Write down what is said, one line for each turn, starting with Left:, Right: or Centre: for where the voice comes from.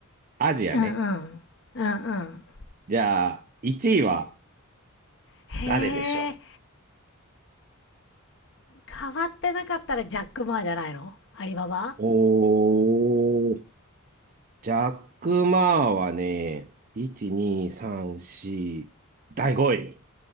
Right: アジアね。
Left: うんうん。うんうん。
Right: じゃあ、1位は
Left: へえ。
Right: 誰でしょ
Left: 変わってなかったらジャック・マーじゃないのアリババ
Right: うおー、ジャック・マーはね、1、2、3、4、第5位。